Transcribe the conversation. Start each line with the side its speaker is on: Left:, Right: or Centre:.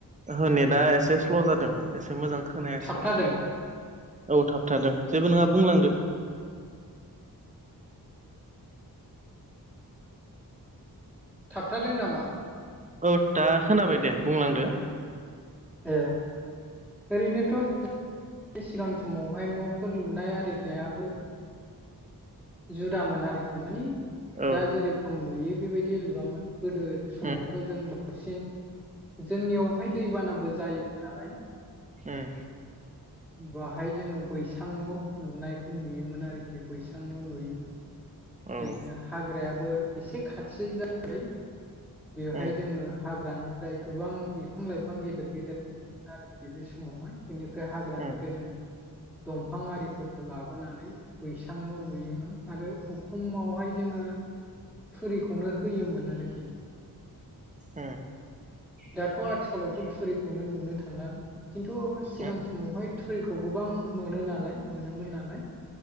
Right: ओहो नेट दा एसे स्ल' जादों एसे मोजां खोनायासै
Centre: थाबथादों
Right: मोन। औ थाब थादों जेबो नङा बुंलांदो।
Centre: थाबथादों नामा?
Right: औ दा खोनाबाय दे बुंलांदो
Centre: ओ ओरैनोथ' सिगां समावहाय न'फोर लुनाय आरिनायाबो जुदामोन आरोखि माने
Right: औ
Centre: दा जेरोखम लुयो बेबायदि लुवामोन गोदो समावथ'
Right: उम
Centre: जों बांसिन जोंनियावहाय दैबानाबो जायोमोन नालाय
Right: उम
Centre: बाहाय जोङो बैसां न' लुनायखौ नुयोमोन आरोखि बैसां न' लुयोमोन
Right: औ उम
Centre: ओरैनो हाग्रायाबो एसे खाथि जाबाय बेवहाय
Right: उम
Centre: जोङो हाग्रानिफ्राय गोबां बिफां लाइफां गेदेर गेदेर आरोखि बे समावहाय बेनिफ्राय हाग्रानिफ्राय
Right: उम
Centre: जों दंफां आरिफोरखौ लाबोनानै बैसांल' लुयोमोन आरो उखुमावहाय जोङो फुरिखौनो होयोमोन आरोखि
Right: उम
Centre: दाथ' आथिखालावथ' थुरिखौनो नुनो थांला खिन्थु सिगां
Right: उम औ
Centre: सम मावहाय थुरिखौ गोबां मोनो नालाय मोनोमोन नालाय